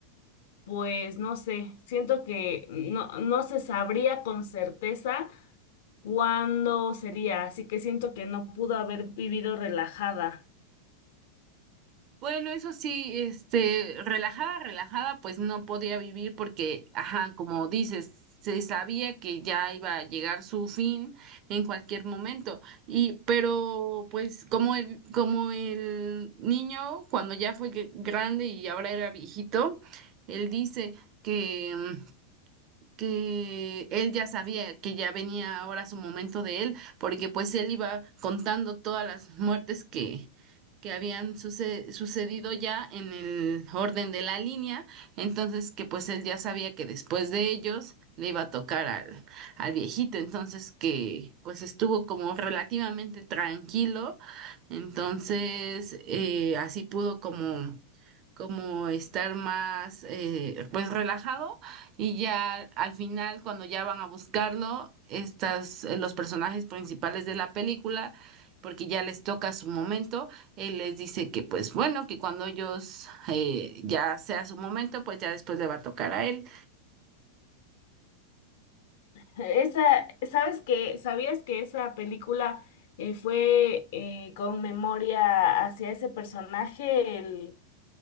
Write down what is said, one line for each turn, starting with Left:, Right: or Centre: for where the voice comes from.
Left: pues no sé, siento que no, no se sabría con certeza ¿Cuándo sería? Así que siento que no pudo haber vivido relajada.
Right: Bueno, eso sí, este, relajada, relajada, pues no podía vivir porque, ajá, como dices, se sabía que ya iba a llegar su fin en cualquier momento. Y, pero, pues, como el, como el niño, cuando ya fue gr- grande y ahora era viejito, él dice que mm, que él ya sabía que ya venía ahora su momento de él, porque pues él iba contando todas las muertes que, que habían suce- sucedido ya en el orden de la línea, entonces que pues él ya sabía que después de ellos le iba a tocar al, al viejito, entonces que pues estuvo como relativamente tranquilo, entonces eh, así pudo como como estar más eh, pues relajado y ya al final, cuando ya van a buscarlo, estas, eh, los personajes principales de la película, porque ya les toca su momento, él les dice que pues bueno, que cuando ellos eh, ya sea su momento, pues ya después le va a tocar a él.
Left: Esa, ¿sabes que ¿Sabías que esa película eh, fue eh, con memoria hacia ese personaje, el,